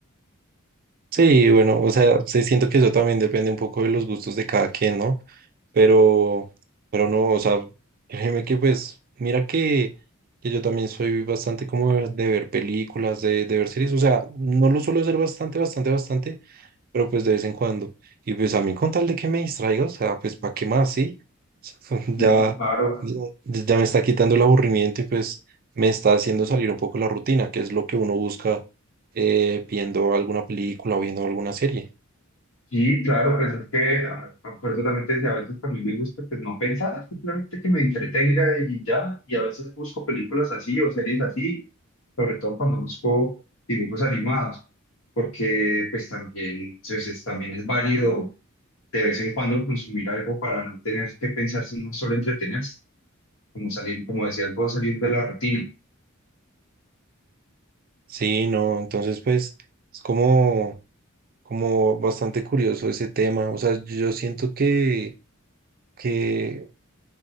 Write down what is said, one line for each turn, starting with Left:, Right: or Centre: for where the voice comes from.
Right: Sí, bueno, o sea, sí siento que eso también depende un poco de los gustos de cada quien, ¿no? Pero, pero no, o sea, créeme que pues, mira que, que yo también soy bastante como de de ver películas, de, de ver series, o sea, no lo suelo hacer bastante, bastante, bastante, pero pues de vez en cuando. Y pues a mí con tal de que me distraiga, o sea, pues ¿para qué más? Sí, <laughs>
Left: Sí,
Right: ya,
Left: claro,
Right: ya, ya me está quitando el aburrimiento y pues me está haciendo salir un poco la rutina, que es lo que uno busca eh, viendo alguna película o viendo alguna serie.
Left: sí, claro, pues es que a- a- por eso también te decía, a veces también me gusta pues no pensar, simplemente que me entretenga y ya, y a veces busco películas así o series así, sobre todo cuando busco dibujos animados, porque pues también, pues, es- también es válido de vez en cuando consumir algo para no tener que pensar, sino solo entretenerse, como salir, como decías vos, salir de la rutina.
Right: Sí, no, entonces pues es como, como bastante curioso ese tema. O sea, yo siento que, que